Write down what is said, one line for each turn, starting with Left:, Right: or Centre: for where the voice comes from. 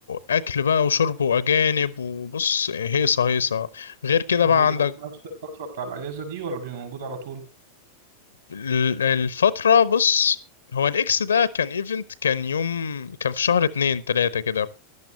Left: اكل بقى وشرب واجانب وبص هيصة هيصة غير كده بقى
Right: وبيبقى
Left: عندك
Right: في نفس الفترة بتاع الأجازة دي ولا بيبقى موجود على طول
Left: ال- الفترة بص هو الاكس ده كان ايفنت كان يوم كان في شهر اتنين تلاتة كده